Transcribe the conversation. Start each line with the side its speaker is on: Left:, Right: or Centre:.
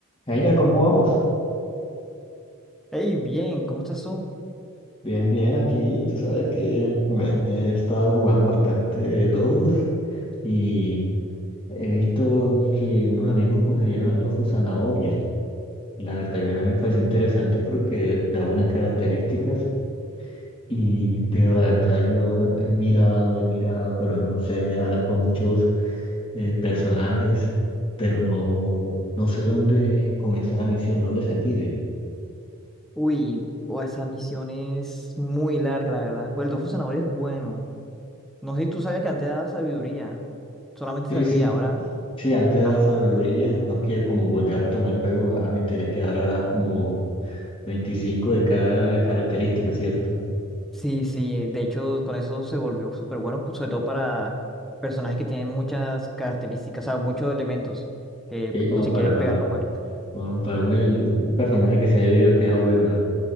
Left: Genial, ¿cómo vamos?
Centre: Hey, bien, ¿cómo estás tú?
Left: Bien, bien, aquí tú sabes que me he estado jugando bastante Dofus y he visto que unos amigos consiguieron al Dofus zanahoria. La verdad que me pareció interesante porque da buenas características y pero la verdad yo he mirado, he mirado, pero no sé, he hablado con muchos eh, personajes, pero no, no sé dónde comenzar la misión, dónde se pide.
Centre: Uy, o esa misión es muy larga, la verdad. Pues el Dofus Zanahoria es bueno. No sé si tú sabías que antes daba sabiduría. Solamente
Left: Sí,
Centre: sabiduría,
Left: sí.
Centre: ahora.
Left: Sí, antes daba
Centre: Ajá.
Left: sabiduría, no que como volví a retomar el juego, ahora me enteré que ahora como 25 de cada característica, ¿cierto?
Centre: Sí, sí, de hecho, con eso se volvió súper bueno, pues, sobre todo para personajes que tienen muchas características, o sea, muchos elementos. eh,
Left: Sí, como
Centre: si
Left: para,
Centre: quieres pegar con varios.
Left: como para un, el- un personaje que sea híbrido queda bueno, ¿eh?